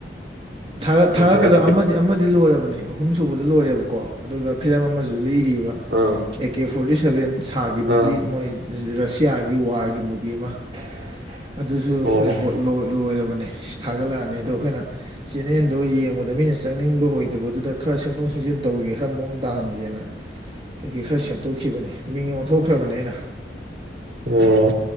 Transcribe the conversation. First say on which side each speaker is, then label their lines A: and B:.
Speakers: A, on the right (about 30°); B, on the right (about 70°).
A: ꯊꯥꯒꯛꯀꯗꯕ
B: ꯊꯥꯒꯠ
A: ꯑꯃꯗꯤ ꯑꯃꯗꯤ ꯂꯣꯏꯔꯕꯅꯦ ꯑꯍꯨꯝ ꯁꯨꯕꯗꯨ ꯂꯣꯏꯔꯦꯕꯀꯣ꯫ ꯑꯗꯨꯒ ꯐꯤꯂꯝ ꯑꯃꯁꯨ ꯂꯩꯔꯤꯕ꯫
B: ꯑꯥ
A: ꯑꯦ ꯀꯦ ꯐꯣꯔꯇꯤ ꯁꯚꯦꯟ ꯁꯥꯈꯤꯕꯒꯤ
B: ꯑꯥ
A: ꯃꯣꯏ ꯔꯁꯤꯌꯥ꯫ ꯒꯤ ꯋꯥꯔꯒꯤ ꯃꯨꯚꯤ ꯑꯃ ꯑꯗꯨꯁꯨ
B: ꯑꯣ
A: ꯔꯦꯀꯣꯔꯠ ꯂꯧ꯫ ꯂꯣꯏꯔꯕꯅꯦ ꯊꯥꯒꯠꯂꯛꯑꯅꯤ ꯑꯗꯣ ꯑꯩꯈꯣꯏꯅ ꯆꯦꯟꯅꯜꯗꯣ ꯌꯦꯡꯕꯗ꯫ ꯑꯗ ꯃꯤꯅ ꯆꯪꯅꯤꯡꯕ ꯑꯣꯏꯗꯕꯗꯨꯗ ꯈꯔ ꯁꯦꯝꯗꯣꯛ ꯁꯦꯝꯖꯤꯟ ꯇꯧꯒꯦ ꯈꯔ ꯃꯑꯣꯡ ꯇꯥꯍꯟꯒꯦꯅ꯫ ꯀꯩꯀꯩ ꯈꯔ ꯁꯦꯝꯗꯣꯛꯈꯤꯕꯅꯦ ꯃꯤꯡ ꯑꯣꯟꯊꯣꯛꯈ꯭ꯔꯕꯅꯦ ꯑꯩꯅ꯫
B: ꯑꯣ꯫